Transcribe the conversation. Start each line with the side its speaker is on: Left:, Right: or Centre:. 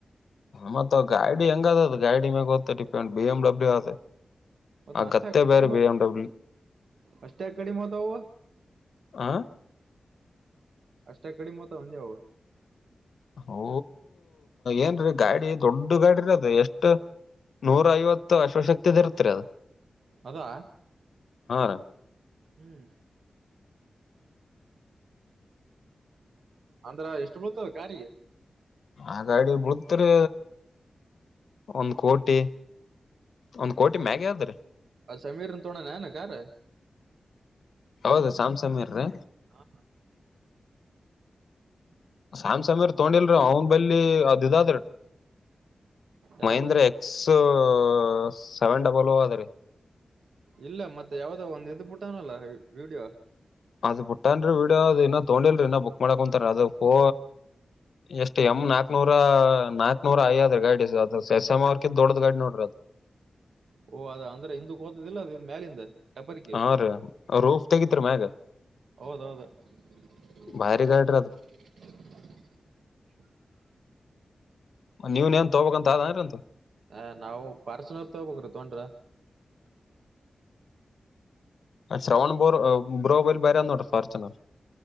Left: ಮತ್ತತ್ ಗೈಡಿ ಹೆಂಗ ಅದದದು ಗೈಡಿ ಮೇಾಗತ್ತ ಡಿಪೆಂಡ್ ಬಿ ಎಮ್ ಡಬ್ಲ್ಯಅ
Right: ಮತ್ತ
Left: ಆ
Right: ಅಷ್ಟೇ
Left: ಗತ್ತ
Right: ಕಡಿಮೆ
Left: ಬೇರೆ ಬಂಡ ಬಿ
Right: ಅಷ್ಟೇ ಕಡಿಮತಾವವ
Left: ಆ
Right: ಅಷ್ಟೇ ಕಡಿಮ ಮತ ಒಂದೆಾವ
Left: ಓ ಏನ್ರೀ ಗಾಡಿ ದೊಡ್ಡ ಗಾಡಿ ರೀ ಅದ ಎಷ್ಟು ನೂರ ಐವತ್ತು ಅಶ್ವಶಕ್ತಿದ ಇರ್ತರಿ ಅದು
Right: ಅದಾ
Left: ರೀ
Right: ಹ್ಮ್ ಅಂದ್ರ ಎಷ್ಟು ಬಳ್ತವೆ ಕಾರಿಗೆ
Left: ಆ ಗಾಡಿ ಬಳತ್ರಿ ಒಂದ್ ಕೋಟಿ ಒಂದ್ ಕೋಟಿ ಮ್ಯಾಗ ಆದ್ದ್
Right: ಅ ಸಮೀರ ತೋಣಾನನ ಕಾರ
Left: ಹೌದು ಸ್ಯಾಮಸಂಗ್ ಇರ್ ರೀ
Right: ಹಾ
Left: ಸ್ಯಾಮ್ಸಂಗ್ರ್ ತಗೊಂಡಿಲ್ರಿ ಅವ್ನ್ ಬಲ್ಲಿ ಅದ್ ಇದಾದ್ರ
Right: ಯಾವ್ದ
Left: ಮಹೇಂದ್ರ ಎಕ್ಸ್ ಹ ಸೆವೆನ್ ಡಬಲ್ ಅದ ರೀ
Right: ಇಲ್ಲ ಮತ್ತೆ ಯಾವ್ದೋ ಒಂದ್ ಇದ್ದ್ಬಟ್ಟನಲ್ಲ ವಿಡಿಯೋ
Left: ಅದ್ ಬಿಟ್ಟನ್ರಿ ವಿಡಿಯೋ ಅದ್ ಇನ್ನ ತೊಗೊಂಡಿಲ್ರಿ. ಇನ್ನ ಬುಕ್ ಮಾಡಕೊಂತಾರ ಅದ ಹೋ ಎಷ್ಟ್ ಎಮ್ಮ್ ನಾಕ್ನೂರ -ನಾಕ್ನೂರ ಯ್ಯದ್ರೀ ಗಾಡಿ ಅದು ಶೇಸ್ಯಾಮ ಅವರ್ ಕಿನದೊಡ್ಡ್ದ ಗಾಡಿ ನೋಡ್ರಿ ಅದು.
Right: ಓಹ, ಅದ ಅಂದ್ರೆ ಹಿಂದಕ್ ಹೋತದಿಲ್ಲ ಅದ ಮ್ಯಾಲಿಂದ. ಟಪರ್ಕಿ
Left: ಹಾ, ರಿ ರೋಪ್ತೇಗಿದ್ದರಿ ಮಾಗ.
Right: ಹೌದೌದು. <unintelligible>
Left: ಭಾರಿ ಗಾಡ್ರಿ ಅದು ನೀವನ್ನೆನ್ ತೊಬಬೇಕಕ್ಂತ ಅದೆನ್ರಂತದು.
Right: ಹ, ನಾವು ಪಾರ್ಸೆನಲ್ ತೋಗಬೇಕ್ರೀ ತೋಗಂಡ್ರ.
Left: ಶ್ರವಣ ಬ ಬ್ರೋಬಲಿ ಬಾರಿ ಆದ ನೋಡ್ರಿ ಫಾರ್ಚುನರ್.,